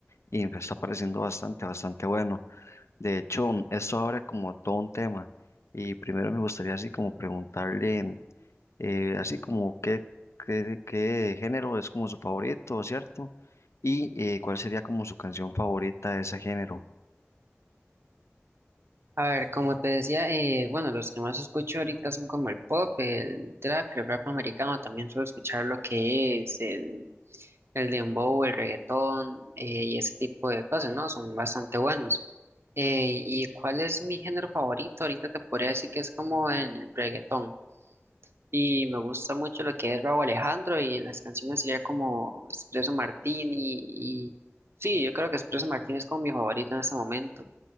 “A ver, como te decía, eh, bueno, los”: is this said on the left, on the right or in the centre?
Right